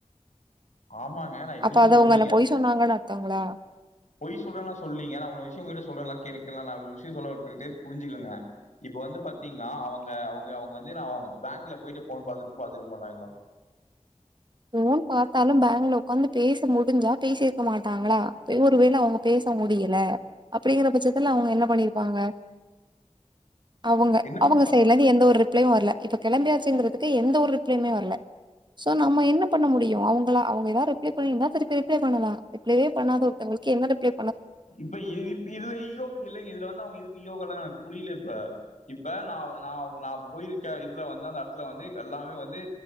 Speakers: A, on the left; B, on the right.
A: ஆமாங்க நான் இல்லைன்னு
B: அப்ப அத
A: சொல்லீங்க
B: உங்க என்ன பொய் சொன்னாங்கலா தங்களா
A: பொய் சொல்றேனா சொலிங்க நா விஷயம்யிட்ட சொல்றேனலா கேலுங்க நா ஒரு விஷயோ சொல்ல வருது புரிஞ்சுகங்க இப்ப வந்து பாதீங்கனா அவங்க அவங்க அவங்க வந்து நா அவங்க பேங்ல போயிடு ஃபோன் பாதுடு பாத்ருக மாடாங்களா
B: ஃபோன் பாத்தாலு பேங்ள உகாந்து பேச முடிஞ்சா பேசிருக மாட் டாங்களா ஒருவேள அவங்க பேச முடியல அப்டிங்கற பட்சதுல அவங்க என்ன பண்ணிருபாங்க அவங்க
A: என்ன
B: அவங்க
A: இப்ப
B: சைடல இருந்து எந்த ஒரு ரிப்ளயு வரல இப்ப கிளம்பியாசிங்ரது க எந்த ஒரு ரிப்ளயுமே வரல சோ நம்ம என்ன நா பண்ண முடியு அவங்கள அவங்க ஏதா ரிப்ளே பண்ணிருந்தா திருபி ரிப்ளே பண்ணலா ரிப்ளே பண்ணாத ஒருத்தங்களுகு என்ன ரிப்ளே
A: இப்ப இ இ இதுல ஈகோ இல்லனு இதுல வந்து அவங்க எதுக்கு ஈகோ காட்றாங்க எனக் புரில இப்ப இப்ப நா ந நா போயிருக இதுல வந்து அந்த இடதுல வந்து எல்லாமே வந்து